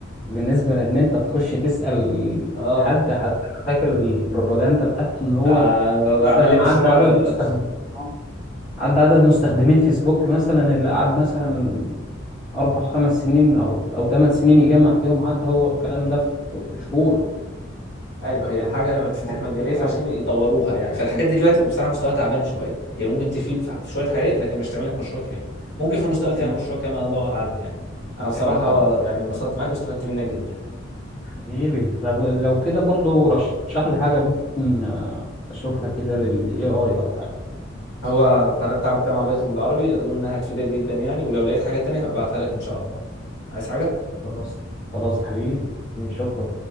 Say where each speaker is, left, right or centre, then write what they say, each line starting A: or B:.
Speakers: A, on the left; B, on the left.
A: بالنسبه لان انت تخش تسال
B: اه
A: حد حتى انا فاكر البروباجندا بتاعته ان هو
B: ده ده- ده
A: مثلا
B: عمل لي مشروع
A: عدى عدد
B: آه.
A: مستخدم آه، عدى عدد مستخدمين فيسبوك مثلا اللي قعد مثلا اربع خمس سنين او او ثمان سنين يجمع فيهم عد هو الكلام ده في في شهور
B: ايوه هي
A: آه،
B: الحاجه لما تفتح
A: موضوع
B: مجانيه
A: كبير
B: فعشان
A: قوي
B: يطوروها يعني فالحاجات دي دلوقتي بصراحه مستواها تعبان
A: اه
B: شويه هي ممكن تفيد في في شويه حاجات لكن مش تعمل لك مشروع كامل ممكن في المستقبل تعمل
A: مم.
B: مشروع كامل الله اعلم يعني انا بصراحه
A: اكيد طبعا
B: يعني انبسطت معاك واستفدت منك جدا
A: حبيبي طب لو كده برضو رشح لي حاجه ممكن آه، اشوفها كده للاي اي او حاجه
B: هو القناة بتاع مجتمع بايثون بالعربي أظن إنها هتفيدك جدا يعني ولو لقيت حاجات تانية هبقى أبعتها لك إن شاء الله عايز حاجة؟
A: خلاص خلاص حبيبي حبيبي، شكرا